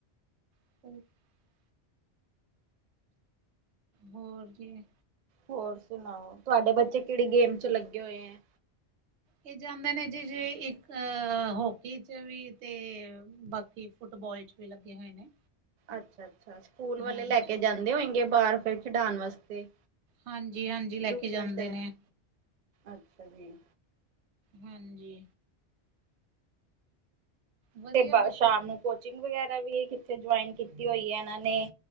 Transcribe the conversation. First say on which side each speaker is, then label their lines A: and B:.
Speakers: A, on the right; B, on the right.
A: <unintelligible> ਹੋਰ ਕਿਵੇਂ
B: ਹੋਰ ਸੁਣਾਓ, ਤੁਹਾਡੇ ਬੱਚੇ ਕਿਹੜੀ ਗੇਮ 'ਚ ਲੱਗੇ ਹੋਏ ਐ?
A: ਇਹ ਜਾਂਦੇ ਨੇ ਜੀ ਜੇ ਇੱਕ ਹੋਕੀ 'ਚ ਵੀ ਤੇ ਬਾਕੀ ਫੁੱਟਬਾਲ 'ਚ ਵੀ ਲੱਗੇ ਹੋਏ ਨੇ।
B: ਅੱਛਾ -ਅੱਛਾ, ਸਕੂਲ ਵਾਲੇ
A: ਹਾਂਜੀ,
B: ਲੈ ਕੇ ਜਾਂਦੇ ਹੋਏਗੇ ਬਾਹਰ ਫਿਰ ਖਿਡਾਣ ਵਾਸਤੇ।
A: ਹਾਂਜੀ ਹਾਂਜੀ, ਲੈ
B: ਦੂਸਰੇ
A: ਕੇ ਜਾਂਦੇ
B: ਸ਼ਹਿਰ
A: ਨੇ।
B: ਅੱਛਾ ਜੀ।
A: ਹਾਂਜੀ ਵਧੀਆ
B: ਤੇ ਇੱਕ ਵਾਰ
A: ਬ
B: ਸ਼ਾਮ ਨੂੰ ਕੋਚਿੰਗ ਵਗੈਰਾ ਵੀ ਕਿਤੇ ਜੁਆਇਨ ਕੀਤੀ ਹੋਈ ਆ ਇਹਨਾਂ ਨੇ।